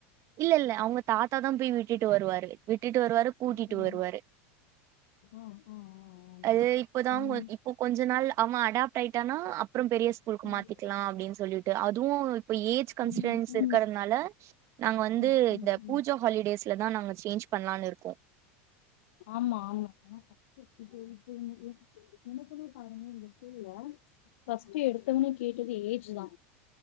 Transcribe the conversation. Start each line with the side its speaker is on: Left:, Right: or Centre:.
Right: இல்ல இல்ல அவங்க தாத்தா தா போய் விட்டுட் ட்டு வருவரு விட்டுட்டு வருவாரு கூட்டிட்டு
Left: அப்டியா
Right: வருவாரு
Left: ஆ ஆ ஆ ஆ நைஸ்
Right: அது இப்பதா
Left: ம்
Right: கொஞ் இப்போ கொஞ்ச நாள்ல அவ அடாப்ட் ஆயிட்டானா அப்புறம் பெரிய ஸ்கூலுக்கு
Left: ம்
Right: மாத்திக்கலா அப்படின்னு சொல்லிட்டு அதுவும் அவ ஏஜ் கன்சன்ஸ்
Left: ம் ம்
Right: இருக்கிறதுனால நாங்க வந்து
Left: ம் ம்
Right: இந்த பூஜா
Left: ம்
Right: ஹாலிடேஸ்லதா நாங்க சேஞ்ச் பண்ணலாம்னு இருக்கோ
Left: ஆமா ஆமா <unintelligible> எனக்குமே பாருங்க இந்த ஸ்கூல்ல ஃபஸ்ட்டு எடுத்தவனே கேட்டது ஏஜ் தா